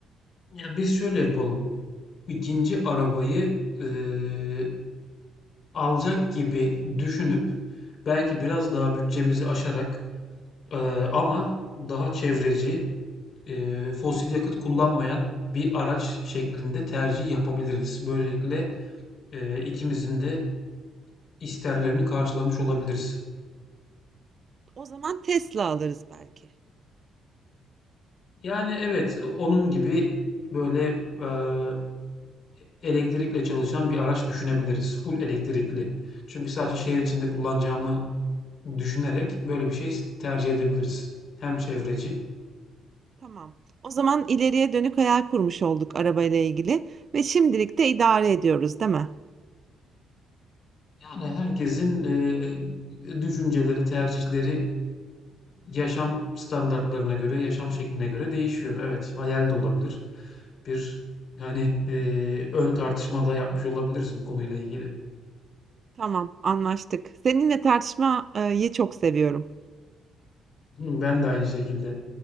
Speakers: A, on the left; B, on the right.
A: Ya biz şöyle yapalım. İkinci arabayı eee, alacak gibi düşünüp belki biraz daha bütçemizi aşarak eee, ama daha çevreci, eee, fosil yakıt kullanmayan bir araç şeklinde tercih yapabiliriz. Böylelikle eee, ikimizin de isterlerini karşılamış olabiliriz.
B: O zaman Tesla alırız belki.
A: Yani evet, onun gibi böyle eee, elektrikle çalışan bir araç düşünebiliriz. Full elektrikli. Çünkü sadece şehir içinde kullanacağımı düşünerek böyle bir şey tercih edebiliriz. Hem çevreci,
B: Tamam. O zaman ileriye dönük hayal kurmuş olduk arabayla ilgili ve şimdilik de idare ediyoruz, değil mi?
A: yani herkesin e, düşünceleri, tercihleri yaşam standartlarına göre, yaşam şekline göre değişiyor. Evet, hayal de olabilir. Bir hani e, ön tartışma da yapmış olabiliriz bu konuyla ilgili.
B: Tamam, anlaştık. Seninle tartışmayı çok seviyorum.
A: Ben de aynı şekilde.